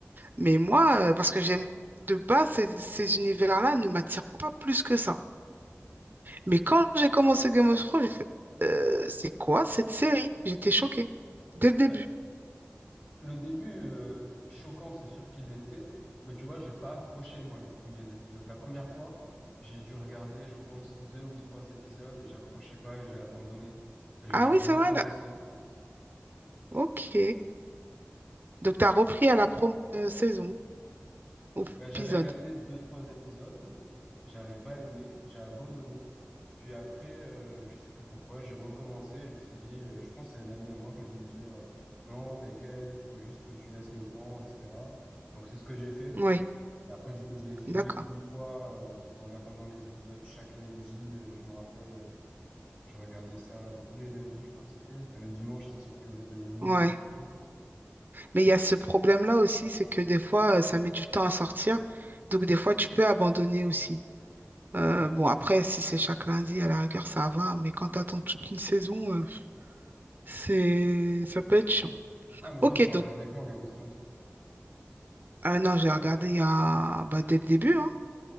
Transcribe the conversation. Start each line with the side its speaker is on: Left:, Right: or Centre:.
Right: mais moi, euh, parce que j'aime de base ces, ces univers-là ne m'attirent pas plus que ça. Mais quand j'ai commencé Game of Thrones, j'ai fait euh, c'est quoi cette série? J'étais choquée dès le début.
Left: Ouais. Le début, euh, choquant, c'est sûr qu'il l'était, mais tu vois, j'ai pas accroché, moi, les premiers épisodes. La première fois, j'ai dû regarder, je pense, deux ou trois épisodes et j'accrochais pas et j'ai abandonné. Et j'ai
Right: Ah
Left: dû
Right: oui,
Left: recommencer.
Right: c'est vrai là. Ok. Donc t'as repris à la promo euh, saison ou
Left: Ben,
Right: épisode.
Left: j'avais regardé deux, trois épisodes, j'avais pas aimé, j'ai abandonné. Puis après, euh, je sais plus pourquoi, j'ai recommencé. Je me suis dit, euh, je pense que c'est un ami à moi qui a dû me dire, euh, non, t'inquiète, il faut juste que tu laisses le temps, etc. Donc c'est ce que j'ai fait.
Right: Oui,
Left: Et après, du coup, je l'ai fini
Right: d'accord.
Left: une fois euh, en attendant les épisodes chaque lundi. euh, je me rappelle, euh, je regardais ça tous les lundis, je crois que c'était. Enfin, le dimanche, ça sortait aux États-Unis
Right: Ouais.
Left: ou je sais plus.
Right: Mais il y a ce problème-là aussi, c'est que des fois, euh, ça met du temps à sortir. Donc, des fois, tu peux abandonner aussi. Euh,
Left: Ouais.
Right: bon, après, si c'est chaque lundi, à la rigueur, ça va. Mais quand tu attends toute une saison, euh, c'est... ça peut être chiant.
Left: Ah, mais
Right: Ok,
Left: toi, tu l'as
Right: donc,
Left: regardé quand, Game of Thrones?
Right: ah non, j'ai regardé il y a... bah, dès le début. Hein.